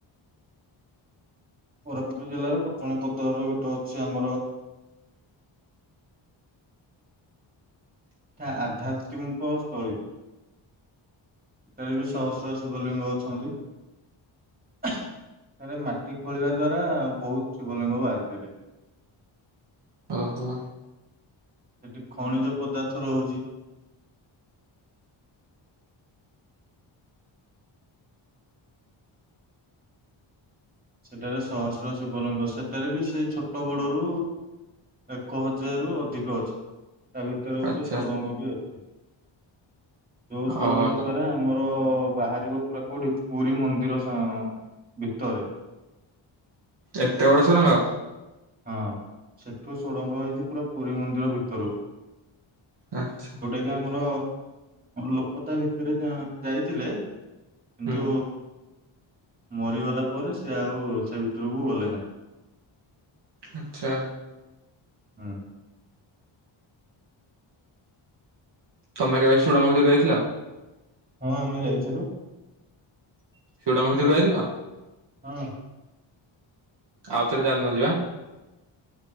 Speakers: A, on the right; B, on the right.
A: କୋରାପୁଟ ଜିଲ୍ଲାର କୁଟଣୀ ପଦର ଗୋଟେ ଅଛି ଆମର। ଏଇଟା ଆଧ୍ୟାତ୍ମିକଙ୍କ ସ୍ଥଳୀ। ଏଠାରେ ବି ଶସ୍ରହ ଶିବଲିଙ୍ଗ ଅଛନ୍ତି। ସେରେ ମାଟି ଖୋଳିବା ଦ୍ଵାରା ବହୁତ ଶିବଲିଙ୍ଗ ବାହାରିଥିଲେ।
B: ଓହୋ
A: ସେଠି ଖଣିଜ ପଦାର୍ଥ ରହୁଛି। ସେଠାରେ ସହସ୍ର ଶୀବଲିଙ୍ଗ ସେଠାରେ ବି ସେଇ ଛୋଟ ବଡ ରୁ ଏକ ହଜାରରୁ ଅଧିକ ଅଛି ତା ଭିତରେ ଗୋଟେ
B: ଆଚ୍ଛା
A: ଷୋଡଙ୍ଗ ବି ଅଛି ଯୋଉ ଷୋଡଙ୍ଗ
B: ଓହୋ ତ
A: ଦ୍ଵା ସେ ଆମର ବାହାରିବ ପୁରା କୋଉଠି ପୁରୀ ମନ୍ଦିର ଭିତରେ।
B: ଏତେ ବଡ ସୁଡ଼ଙ୍ଗ।
A: ହଁ ସେଠୁ ସୁଡ଼ଙ୍ଗ ହେଇଛି ପୁରା ପୁରୀ ମନ୍ଦିର ଭିତରକୁ।
B: ଆଚ୍ଛା
A: ଆ ଆମର ଲୋକ ତା ଭିତରେ ଯାଇଥିଲେ। କିନ୍ତୁ
B: ହୁଁ
A: ମରିଗଲା ପରେ ସିଏ ଆଉ ସେ ଭିତରକୁ ଗଲେ ନାହିଁ।
B: ଆଚ୍ଛା
A: ହୁଁ
B: ତମେ କେବେ ସୁଡ଼ଙ୍ଗ ଭିତରକୁ ଯାଇଥିଲା?
A: ହଁ ଆମେ ଯାଇଥିଲୁ।
B: ସୁଡଙ୍ଗ ଭିତରକୁ ଯାଇଥିଲ
A: ହଁ।
B: ଆଉଥରେ ଚାଲୁନ ଯିବା।